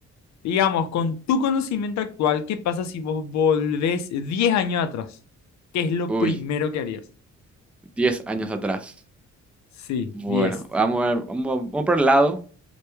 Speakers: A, on the left; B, in the centre.
A: digamos, con tu conocimiento actual? ¿Qué pasa si vos volvés 10 años atrás? ¿Qué es lo
B: uy,
A: primero que harías?
B: 10 años atrás.
A: Sí,
B: Bueno,
A: diez
B: vamos, a ver, vamos, vamos por el lado,